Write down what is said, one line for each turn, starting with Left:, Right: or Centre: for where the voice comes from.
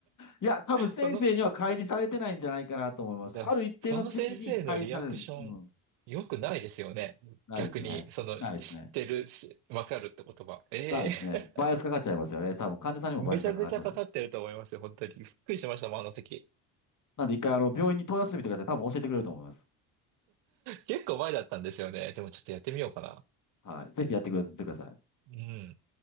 Left: いや、多分先生には開示されてないんじゃないかなと思います。
Right: その、じゃあ、
Left: ある一定の時期に開示される。
Right: その先生のリアクション、
Left: うん。
Right: 良くないですよね。逆に、
Left: ないですね。
Right: その、
Left: ないですね。
Right: 知ってるし、わかるって言葉。ええ
Left: ないですね。バイアスかかっちゃいますよね。多分患者さんにもバイアスがかかってます。
Right: めちゃくちゃかかってると思いますよ、本当に。びっくりしましたもん、あの時。
Left: なんで一回あの病院に問い合わせてみてください。多分教えてくれると思います。
Right: 結構前だったんですよね。でも、ちょっとやってみようかな。
Left: はい。ぜひやってくれてください。
Right: うん。